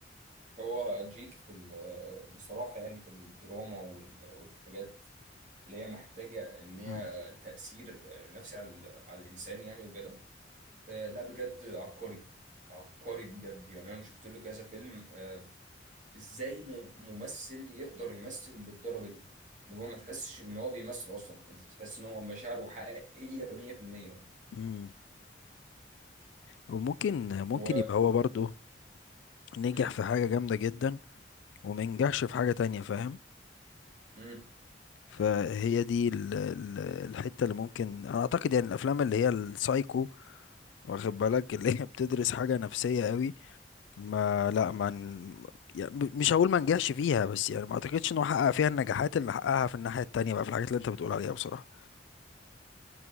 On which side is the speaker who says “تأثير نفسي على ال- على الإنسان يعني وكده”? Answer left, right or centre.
Right